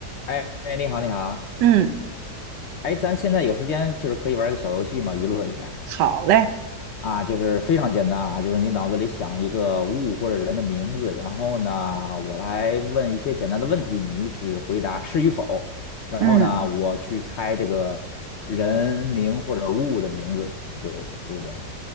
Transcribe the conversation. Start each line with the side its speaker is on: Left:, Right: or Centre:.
Left: 哎哎，你好，你好，
Right: 嗯，
Left: 哎，咱现在有时间，就是可以玩一个小游戏嘛，娱乐一下
Right: 好嘞，
Left: 啊，就是非常简单啊，就是你脑子里想一个物或者人的名字，然后呢，我来问一些简单的问题，你只回答是与否，然后呢，
Right: 嗯
Left: 我去猜这个人名或者物的名字，对，就是这样